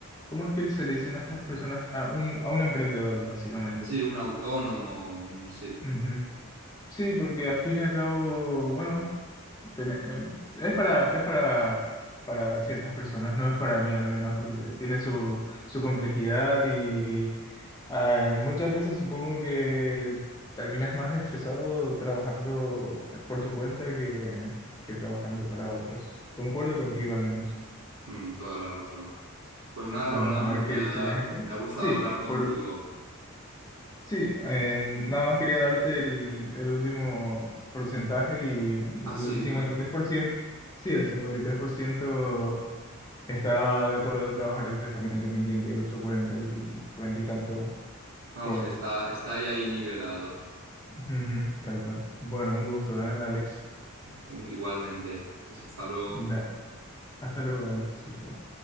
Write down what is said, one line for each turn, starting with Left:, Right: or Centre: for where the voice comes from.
Left: ¿cómo es que se le dicen a estas personas? A un, a un emprendedor, básicamente.
Right: Sí, un autónomo, un- sí,
Left: Ujú. Sí, porque al fin y al cabo, bueno, tene- eh, es para, es para, para ciertas personas, no es para mí al menos, porque tiene su, su complejidad y ah, muchas veces supongo que terminas más estresado trabajando por tu cuenta que, que trabajando para otros. Concuerdo contigo al menos.
Right: Mm, toda la razón. Pues nada,
Left: Vamos
Right: Rolando,
Left: a ver
Right: me
Left: qué
Right: ha,
Left: dice la gente.
Right: me ha gustado
Left: Sí,
Right: hablar contigo.
Left: por, Sí, eh, nada más quería darte el, el último porcentaje y el
Right: Ah, sí,
Left: el
Right: dímelo.
Left: cincuenta y tres por ciento, sí, el 53% está de acuerdo de trabajar de forma independiente y el otro cuarenta y, 40 y tanto
Right: Vamos,
Left: por...
Right: que está, está ahí, ahí nivelado.
Left: <laughs> Ujú, tal cual. Bueno, un gusto, ¿eh, Alex?
Right: Mm, Igualmente. Es hasta luego.
Left: Da- hasta luego, Alex. Chao, chao.